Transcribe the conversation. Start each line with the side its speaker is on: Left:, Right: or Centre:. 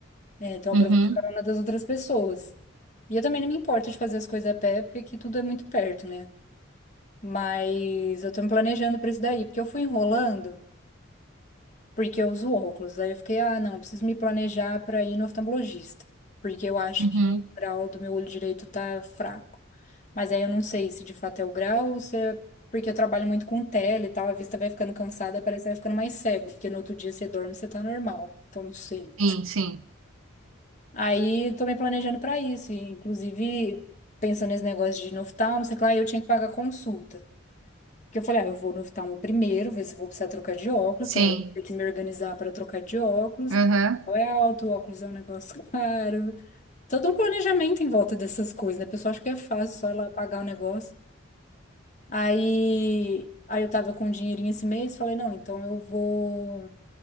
Left: É, então, eu
Right: Uhum.
Left: aproveito a carona das outras pessoas. E eu também não me importo de fazer as coisas a pé, porque aqui tudo é muito perto, né? Mas eu tô me planejando pra isso daí, porque eu fui enrolando. porque eu uso óculos. Aí eu fiquei, ah, não, eu preciso me planejar para ir no oftalmologista, porque eu acho
Right: Uhum.
Left: que o grau do meu olho direito tá fraco. Mas aí eu não sei se de fato é o grau ou se é porque eu trabalho muito com tela e tal, a vista vai ficando cansada, e parece que vai ficando mais cego, porque no outro dia você dorme, você tá normal. Então não sei.
Right: Sim, sim,
Left: Aí tô me planejando para isso, e, inclusive pensando nesse negócio de ir no oftalmo, sei lá, eu tinha que pagar consulta. Porque eu falei, ah, eu vou no oftalmo primeiro, ver se eu vou precisar trocar de óculos,
Right: sim.
Left: então eu vou ter que me organizar para trocar de óculos,
Right: Aham,
Left: porque o é alto, o óculos é um negócio <laughs> caro. Todo um planejamento em volta dessas coisas, né? A pessoa acha que é fácil só ir lá pagar o negócio. Aí, aí eu tava com um dinheirinho esse mês, falei, não, então eu vou,